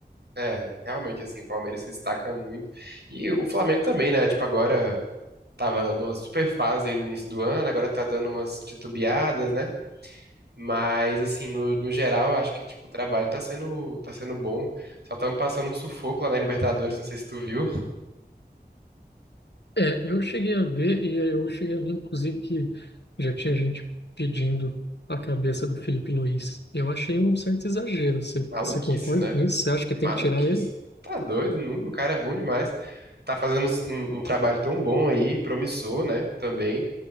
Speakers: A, on the right; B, on the left.
A: É, realmente, assim, o Palmeiras se destaca muito. E o Flamengo também, né? Tipo, agora tava numa super fase aí no início do ano, agora tá dando umas titubeadas, né? Mas, assim, no, no geral, eu acho que, tipo, o trabalho tá sendo, tá sendo bom. Só estamos passando um sufoco lá na Libertadores, não sei se tu viu.
B: É, eu cheguei a ver, e eu cheguei a ver, inclusive, que já tinha gente pedindo a cabeça do Felipe Luiz. Eu achei um certo exagero. Você,
A: Maluquice,
B: você concorda
A: né,
B: com
A: velho?
B: isso? Você acha que
A: Maluquice.
B: tem que tirar ele?
A: Tá doido, nunca. O cara é bom demais. Tá fazendo um, um trabalho tão bom aí, promissor, né? Também.